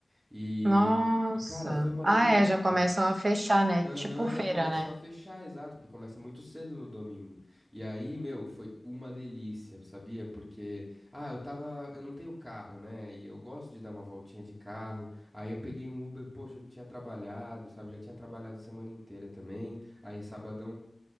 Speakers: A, on the right; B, on the right.
A: E,
B: Nossa.
A: e cara, foi uma
B: Ah,
A: delícia.
B: é, já começam a fechar, né? Tipo
A: Ah,
B: feira,
A: Já começam
B: né?
A: a fechar, exato, porque começa muito cedo no domingo. E aí, meu, foi uma delícia, sabia? Porque, ah, eu tava, eu não tenho carro, né? E eu gosto de dar uma voltinha de carro. Aí eu peguei um Uber, poxa, eu tinha trabalhado, sabe? Já tinha trabalhado a semana inteira também. Aí sabadão